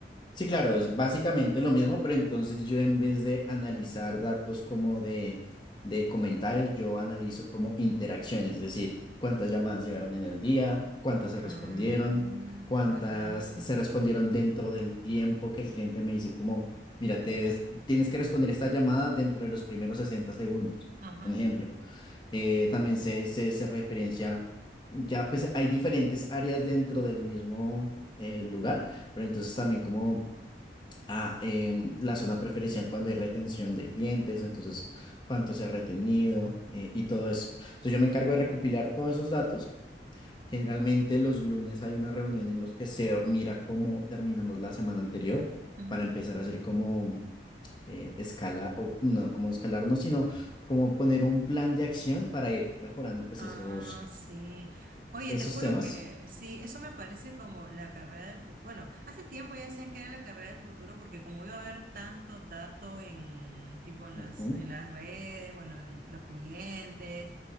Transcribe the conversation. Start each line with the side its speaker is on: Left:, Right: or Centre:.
Left: Sí, claro, es básicamente lo mismo, pero entonces yo en vez de analizar datos como de, de comentarios, yo analizo como interacciones, es decir, cuántas llamadas llegaron en el día, cuántas se
Right: Ah,
Left: respondieron, cuántas
Right: bacán.
Left: se respondieron dentro del tiempo que el cliente me dice como, mira, te debes- tienes que responder esta llamada dentro de los primeros 60 segundos,
Right: Ajá.
Left: un ejemplo. Eh, también se, se, se referencia, ya pues hay diferentes áreas dentro del mismo eh, lugar, pero entonces también como a em, la zona preferencial cuando hay retención de clientes, entonces cuánto se ha retenido eh, y todo eso. Entonces yo me encargo de recopilar todos esos datos. Generalmente los lunes hay una reunión en los que se mira cómo terminamos la semana anterior
Right: ujú.
Left: para empezar a hacer como eh, escala, o no como escalar, no, sino como poner un plan de acción para ir mejorando pues
Right: Ah,
Left: esos,
Right: sí. Oye,
Left: esos
Right: te juro
Left: temas.
Right: que sí, eso me parece como la carrera del futuro. Bueno, hace tiempo ya decían que era la carrera del futuro porque como iba a haber tanto dato en tipo en
Left: Ujú.
Right: las en las redes, bueno, en los clientes,